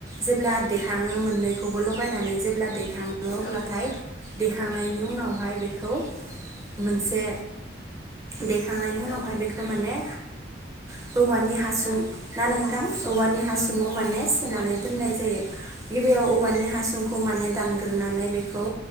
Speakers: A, on the right; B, on the left.
A: जेब्ला दे थाङो मोननैखौबो लगायनानै जेब्ला देखाङो अब्लाथाय
B: ओं
A: दैेखांनायनि उनावहाय बेखौ मोनसे देखांनायनि
B: औ
A: उनावहाय
B: औ
A: बेखौ माने ओ औवानि हासुं
B: दा
A: ना नोंथां
B: औवानि हासुङाव
A: औवानि हासुङाव
B: उम
A: माने
B: नोंगौ
A: सोनानै
B: औवानि हासुङाव
A: दोननाय जायो
B: सोनाय
A: गि बियाव
B: दोननाय
A: औवानि
B: जायो
A: हासुंखौ माने दानग्रोनानै बेखौ